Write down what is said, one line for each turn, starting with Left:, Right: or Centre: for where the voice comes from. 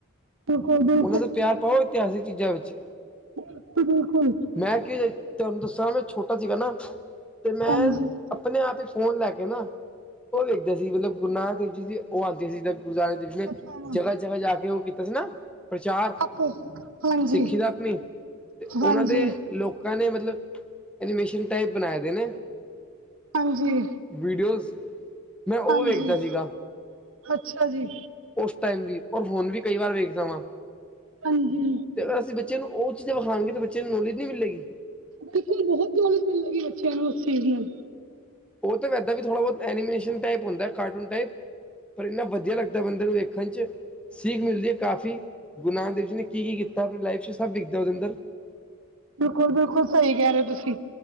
Right: ਕਦੇ
Centre: ਉਹਨਾਂ ਦਾ ਪਿਆਰ ਪਾਓ ਇਤਿਹਾਸਿਕ ਚੀਜ਼ਾਂ ਵਿੱਚ।
Right: ਬਿਲਕੁਲ, ਬਿਲਕੁਲ
Centre: ਮੈਂ ਕੀ ਹੁੰਦਾ, ਤੁਹਾਨੂੰ ਦੱਸਾਂ ਮੈਂ ਛੋਟਾ ਸੀਗਾ ਨਾ ਤੇ ਮੈਂ
Right: ਹਾਂਜੀ
Centre: ਆਪਣੇ ਆਪ ਹੀ ਫੋਨ ਲੈ ਕੇ ਨਾ, ਉਹ ਵੇਖਦੇ ਸੀ ਮਤਲਬ ਗੁਰੂ ਨਾਨਕ ਦੇਵ ਜੀ ਦੀ ਉਹ ਆਉਂਦੇ ਸੀ ਤਾ ਗੁਰੂ ਨਾਨਕ ਦੇਖੀਆਂ
Right: ਪਛਤਾਵਾ
Centre: ਜਗ੍ਹਾ-ਜਗ੍ਹਾ ਜਾ ਕੇ ਉਹ ਕੀਤਾ ਸੀ ਨਾ ਪ੍ਰਚਾਰ-
Right: ਆਪੋ ਹਾਂਜੀ
Centre: ਸਿੱਖੀ ਦਾ ਆਪਣੀ ਅਤੇ ਉਹਨਾਂ
Right: ਹਾਂਜੀ
Centre: ਦੇ ਲੋਕ ਲੋਕਾਂ ਨੇ ਮਤਲਬ ਐਨੀਮੇਸ਼ਨ ਟਾਈਪ ਬਣਾ ਰਹੇ ਨੇ
Right: ਹਾਂਜੀ
Centre: ਵੀਡੀਓਜ਼, ਮੈਂ ਉਹ
Right: ਹਾਂਜੀ
Centre: ਵੇਖਦਾ ਸੀਗਾ
Right: ਅੱਛਾ ਜੀ।
Centre: ਉਸ ਟਾਈਮ ਵੀ ਔਰ ਹੁਣ ਵੀ ਕਈ ਵਾਰ ਵੇਖਦਾ ਵਾਂ
Right: ਹਾਂਜੀ।
Centre: ਤੇ ਅਗਰ ਅਸੀਂ ਬੱਚੇ ਨੂੰ ਉਹ ਚੀਜ਼ਾਂ ਵਿਖਾਣਗੇ, ਤਾਂ ਬੱਚੇ ਨੂੰ ਨੌਲੇਜ ਨਹੀਂ ਮਿਲੇਗੀ।
Right: ਬਿਲਕੁਲ ਬਹੁਤ ਨੌਲੇਜ ਮਿਲੇਗੀ, ਬੱਚਿਆਂ ਨੂੰ ਉਸ ਚੀਜ਼ ਨਾਲ
Centre: ਉਹ ਤਾਂ ਵੀ ਇਦਾਂ ਵੀ ਥੋੜ੍ਹਾ ਬਹੁਤ ਐਨੀਮੇਸ਼ਨ ਟਾਈਪ ਹੁੰਦਾ ਕਾਰਟੂਨ ਟਾਈਪ। ਪਰ ਇੰਨਾ ਵਧੀਆ ਲੱਗਦਾ ਬੰਦੇ ਨੂੰ ਵੇਖਣ 'ਚ ਸਿੱਖ ਮਿਲਦੀ ਹੈ ਕਾਫੀ ਗੁਰੂ ਨਾਨਕ ਦੇਵ ਜੀ ਨੇ ਕੀ-ਕੀ ਕੀਤਾ ਆਪਣੀ ਲਾਈਫ 'ਚ ਸਭ ਵਿਖਦਾ ਉਹਦੇ ਅੰਦਰ।
Right: ਬਿਲਕੁਲ-ਬਿਲਕੁਲ ਸਹੀ ਕਹਿ ਰਹੇ ਹੋ ਤੁਸੀਂ।